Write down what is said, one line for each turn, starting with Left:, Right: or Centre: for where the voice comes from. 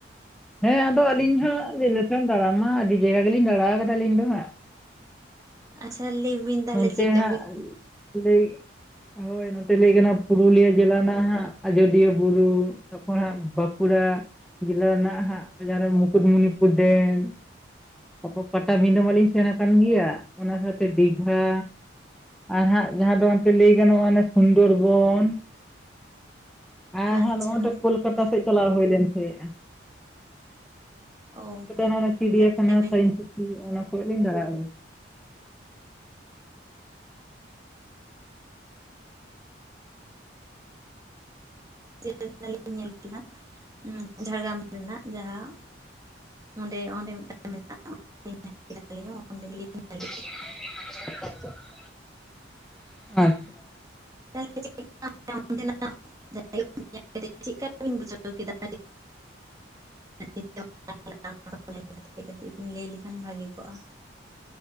Centre: ᱦᱮᱸ ᱟᱫᱚ ᱟᱹᱞᱤᱧ ᱦᱚᱸ <unintelligible> ᱫᱟᱬᱟ ᱢᱟ ᱟᱹᱰᱤ ᱡᱟᱭᱜᱟ ᱜᱮᱞᱤᱧ ᱫᱟᱬᱟ ᱠᱟᱫᱟ ᱟᱞᱤᱧ ᱫᱚ ᱦᱟᱸᱜ ᱾
Right: ᱟᱪᱪᱷᱟ ᱞᱟᱹᱭ ᱵᱤᱱ ᱛᱟᱦᱚᱞᱮ
Centre: ᱱᱚᱱᱛᱮ
Right: ᱪᱮᱫᱠᱟ
Centre: ᱦᱟᱸᱜ
Right: ᱵᱤᱱ
Centre: ᱞᱟᱹᱭ ᱦᱳᱭ ᱱᱚᱛᱮ ᱞᱟᱹᱭ ᱜᱟᱱᱚᱜᱼᱟ ᱯᱩᱨᱩᱞᱤᱭᱟᱹ ᱡᱮᱞᱟ ᱨᱮᱱᱟᱜ ᱦᱟᱸᱜ ᱟᱡᱚᱫᱤᱭᱟᱹ ᱵᱩᱨᱩ ᱛᱟᱯᱚᱨ ᱦᱟᱸᱜ ᱵᱟᱸᱠᱩᱲᱟ ᱡᱮᱞᱟ ᱨᱮᱱᱟᱜ ᱦᱟᱸᱜ ᱡᱟᱦᱟᱸ ᱨᱮ ᱢᱩᱠᱩᱴᱢᱩᱱᱤ ᱯᱩᱨ ᱰᱮᱢ᱾ ᱛᱟᱯᱚᱨ ᱯᱟᱴᱟᱵᱤᱸᱫᱟᱹ ᱢᱟᱞᱤᱧ ᱥᱮᱱ ᱠᱟᱱ ᱜᱮᱭᱟ ᱚᱱᱟ ᱥᱟᱶᱛᱮ ᱫᱤᱜᱷᱟ᱾ ᱟᱨ ᱦᱟᱸᱜ ᱡᱟᱦᱟᱸ ᱫᱚ ᱚᱱᱛᱮ ᱞᱟᱹᱭ ᱜᱟᱱᱚᱜᱼᱟ ᱥᱩᱱᱫᱚᱨᱵᱚᱱ᱾ ᱟᱨᱦᱚ
Right: ᱟᱪᱪᱷᱟ
Centre: ᱱᱚᱜᱼᱚᱭ ᱠᱳᱞᱠᱟᱛᱟ ᱥᱮᱫ ᱪᱟᱞᱟᱣ ᱦᱩᱭ ᱞᱮᱱ ᱛᱟᱦᱮᱸᱜᱼᱟ ᱾
Right: ᱚ
Centre: ᱠᱳᱞᱠᱟᱛᱟ ᱨᱮᱱᱟᱜ ᱪᱤᱲᱤᱭᱟᱠᱷᱟᱱᱟ,
Right: ᱞᱤᱧ
Centre: ᱥᱟᱭᱮᱱ ᱥᱤᱴᱤ ᱚᱱᱟ ᱠᱚᱨᱮᱜ ᱞᱤᱧ ᱫᱟᱬᱟ ᱟᱹᱜᱩ᱾
Right: <unintelligible> ᱠᱮᱫᱟ ᱡᱷᱟᱲᱜᱨᱟᱢ ᱨᱮᱱᱟᱜ ᱡᱟᱦᱟᱸ ᱚᱸᱰᱮ ᱚᱸᱰᱮ ᱢᱤᱫᱴᱟᱱ ᱢᱮᱱᱟᱜᱼᱟ <unintelligible> ᱠᱮᱫᱟᱞᱤᱧ ᱚᱸᱰᱮ ᱜᱮᱞᱤᱧ ᱧᱮᱞ ᱠᱮᱫ
Centre: <unintelligible>
Right: ᱠᱚᱣᱟ᱾ <unintelligible> <unintelligible> ᱪᱮᱫᱠᱟᱵᱤᱱ ᱵᱩᱡᱷᱟᱹᱣ ᱠᱮᱫᱟ <unintelligible> <inaudible> ᱠᱟᱛᱮ ᱠᱟᱹᱴᱤᱡ ᱵᱤᱱ ᱞᱟᱹᱭ ᱞᱮᱠᱷᱟᱱ ᱵᱷᱟᱹᱜᱮ ᱠᱚᱜᱼᱟ ᱾